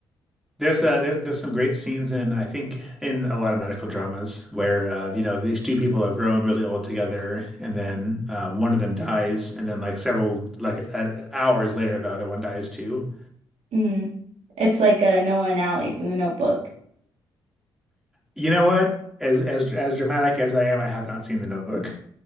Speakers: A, in the centre; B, on the right (about 65°).
A: There's uh there, there's some great scenes in I think in a lot of medical dramas where uh you know these two people have grown really old together and then um, one of them dies and then like several like uh, hours later the other one dies too.
B: Mm. It's like a Noah and Allie from The Notebook.
A: You know what? As as as dramatic as I am, I have not seen The Notebook.